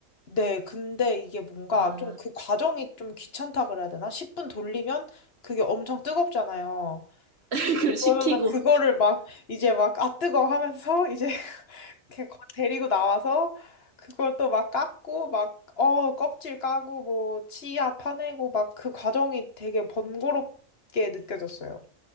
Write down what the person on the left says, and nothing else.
네, 근데 이게 뭔가
좀 그 과정이 좀 귀찮다 그래야 되나? 10분 돌리면 그게 엄청 뜨겁잖아요.
그러면은 그거를 막 이제 막 아 뜨거 하면서 이제 <laughs> 이렇게 거- 데리고 나와서 그걸 또 막 깎고 막 어 껍질 까고 뭐 치아 파내고 막 그 과정이 되게 번거롭게 느껴졌어요.